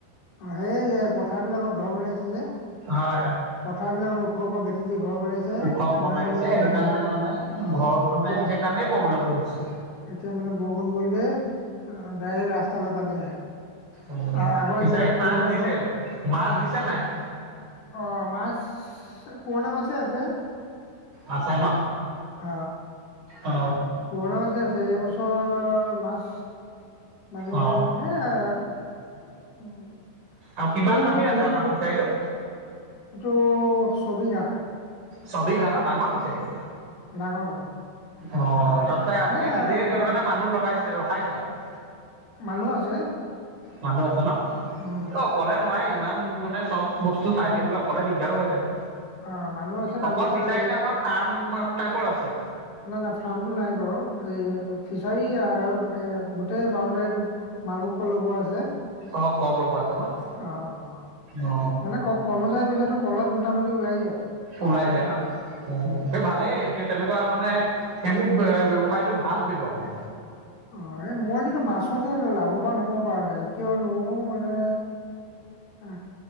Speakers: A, on the left; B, on the right.
A: অ সেইয়ে পথাৰবিলাকত ঘৰ বনাইছে যে।
B: হয়, হয়।
A: পথাৰবিলাকত ওখ ওখ ভেট টি দি ঘৰ বনাইছে।
B: ওখ
A: বনাই
B: দিছে
A: লৈ
B: সেইটো
A: মানে
B: কাৰণে
A: সেই
B: মানে
A: আ
B: ঘৰ বনাই
A: এতিয়া
B: দিছে কাৰণেই প্ৰব্লেমটো হৈছে
A: এতিয়া মানে বৰষুণ পৰিলে ডাইৰেক ৰাস্তালে পানী আহে।
B: অ
A: আৰু আগৰ
B: ফিচাৰীত
A: যিবিলাক
B: পাছ
A: পুৰণা
B: দিছে
A: ঘৰ
B: মাছ দিছে নাই?
A: অ মাছ পুৰণা মাছেই আছে।
B: আছে ন?
A: অ,
B: অ
A: পুৰণা মাছেই আছে। এইবছৰ মাছ মানে
B: অ
A: সে এ উম
B: আৰু কিমান
A: সৰু
B: মাটি
A: সৰু পুল
B: আছে আপোনাৰ
A: সৰু-
B: ফিচাৰীটো?
A: এইটো ছবিঘা।
B: ছবিঘা ন? ডাঙৰ ফিচাৰী।
A: ডাঙৰ, ডাঙৰ।
B: অ, তাত তাই আপুনি
A: এ
B: নিজে কৰেগে
A: মা
B: নে মানুহ লগাইছে ৰখাইছে তাত?
A: মানুহ আছে।
B: মানুহ আছে ন?
A: উম
B: অকলে নোৱাৰে ইমান মানে চব বস্তু চাই থাকিবলে অকলে দিগদাৰো হৈ থাকে।
A: অ মানুহ আছে তাৰপিছতে
B: অকল ফিচাৰী
A: এই
B: নে আপোনাৰ ফাৰ্ম টাইপৰ আছে?
A: না, না ফাৰ্মটো নাই বাৰু। এই ফিচাৰী আৰু এ গোটেই বাউণ্ডাৰীটোত মালভোগ কল লগোৱা আছে।
B: অ, কল লগোৱা আছে ন?
A: অ, অ
B: অ
A: মানে ক কৰ্মচাৰী পইচাটো কলত মোটামুটি ওলাই যায়।
B: ওলাই যায় ন? অ
A: উম
B: তে ভালেই। সে তেনেকুৱা মানে সেইবোৰ বে ব্যৱসায়টো ভাল ব্যৱসায়।
A: অ এই মই কিন্তু মাছতে লাভৱান হ'ব পৰা নাই। কিয়নো মানে আ